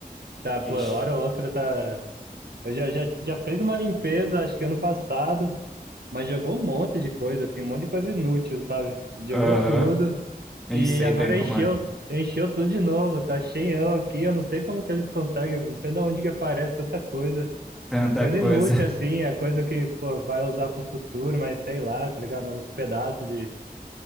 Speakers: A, on the right; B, in the centre.
A: Tá, pô,
B: Ixi.
A: hora ou outra tá. Eu já, já, já fez uma limpeza, acho que ano passado. mas jogou um monte de coisa, assim, um monte de coisa inútil, sabe? Jogou
B: Aham.
A: tudo
B: Ih,
A: e
B: sei
A: agora
B: bem como
A: encheu,
B: é.
A: encheu tudo de novo, tá cheião aqui, eu não sei como que eles conseguem, não sei de onde que aparece tanta coisa.
B: Tanta
A: Coisa
B: coisa.
A: inútil, assim, é coisa que, pô, vai usar pro futuro, mas sei lá, tá ligado? Uns pedaços de,